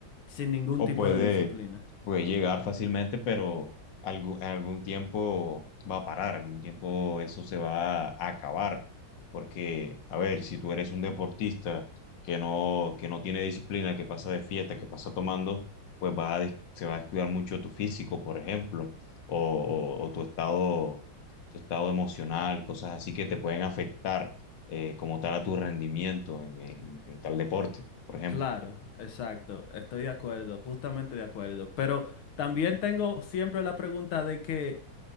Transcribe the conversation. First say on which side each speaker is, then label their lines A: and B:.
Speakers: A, on the left; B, on the left.
A: sin ningún
B: O
A: tipo
B: puede,
A: de disciplina.
B: puede llegar fácilmente, pero algu- en algún tiempo va a parar, algún tiempo eso se va a acabar. Porque, a ver, si tú eres un deportista que no, que no tiene disciplina, que pasa de fiesta, que pasa tomando, pues vas a des- se va a descuidar mucho tu físico, por ejemplo, o, o- o tu estado, tu estado emocional, cosas así que te pueden afectar eh, como tal a tu rendimiento en en- en tal deporte, por ejemplo.
A: Claro, exacto, estoy de acuerdo, justamente de acuerdo. Pero también tengo siempre la pregunta de que